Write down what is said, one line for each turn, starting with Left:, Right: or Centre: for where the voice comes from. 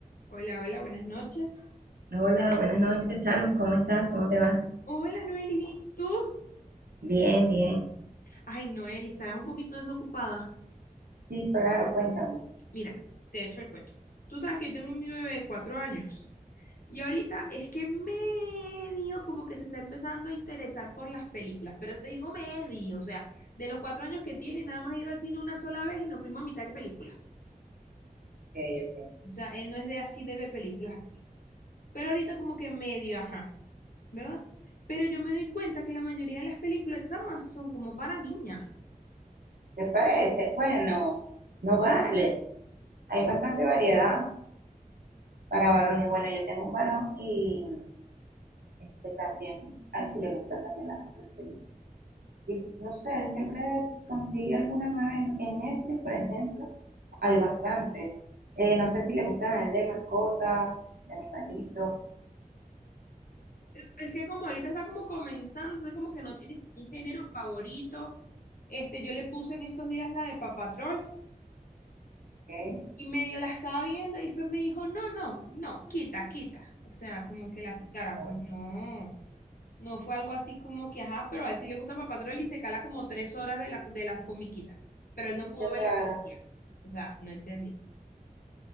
Left: Hola, hola, buenas noches.
Right: Hola, buenas noches, Sharon. ¿Cómo estás? ¿Cómo te va?
Left: Hola, Noeli, ¿bien ¿Y tú?
Right: Bien, bien.
Left: Ay, Noeli, estarás un poquito desocupada.
Right: Sí, claro, cuéntame. Ok,
Left: Mira, te echo el cuento. Tú sabes que yo tengo mi bebé de cuatro años y ahorita es que medio como que se está empezando a interesar por las películas, pero te digo medio, o sea, de los cuatro años que tiene, nada más ha ido al cine una sola vez y nos fuimos a mitad de película.
Right: ok.
Left: O sea, él no es de así de ver películas así. Pero ahorita como que medio, ajá, ¿verdad? Pero yo me doy cuenta que la mayoría de las películas chamas son como para niñas.
Right: ¿Te parece? Bueno, no vale. Hay bastante variedad para varones. Bueno, yo tengo un varón y este también, a él sí le gustan también las, las películas. Y no sé, él siempre consigue alguna nueva en, en Netflix, por ejemplo. Hay bastantes. Eh, no sé si le gustan a él de mascotas, de animalitos.
Left: Es que como ahorita está como comenzando, entonces como que no tiene como un género favorito. Este, yo le puse en estos días la de Paw Patrol
Right: Ok,
Left: y medio la estaba viendo y después me dijo, no, no, no, quita, quita. O sea, como que la quitara,
Right: bueno,
Left: pues no. No fue algo así como que, ajá, pero a él sí le gusta Paw Patrol y se cala como tres horas de la, de la comiquita. Pero él no pudo
Right: Qué
Left: ver
Right: raro.
Left: la película. O sea, no entendí.